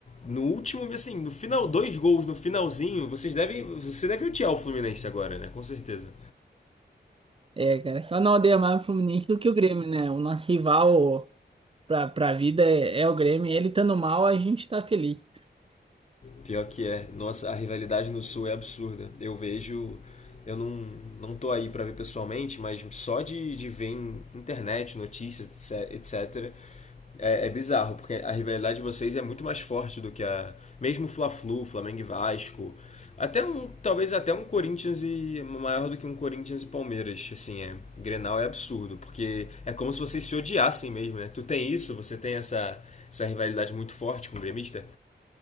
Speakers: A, on the left; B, on the right.
A: No último, assim, no final, dois gols no finalzinho, vocês devem, você deve odiar o Fluminense agora, né? Com certeza.
B: É, cara, só não odeia mais o Fluminense do que o Grêmio, né? O nosso rival pra, pra vida é, é o Grêmio. Ele estando mal, a gente tá feliz.
A: Pior que é. Nossa, a rivalidade no Sul é absurda. Eu vejo. Eu não, não tô aí pra ver pessoalmente, mas só de, de ver em internet, notícias, etc. É, é bizarro, porque a rivalidade de vocês é muito mais forte do que a. Mesmo Fla-Flu, Flamengo e Vasco. Até um. Talvez até um Corinthians e. Maior do que um Corinthians e Palmeiras. Assim, é. Grenal é absurdo, porque é como se vocês se odiassem mesmo, né? Tu tem isso, você tem essa, essa rivalidade muito forte com o gremista?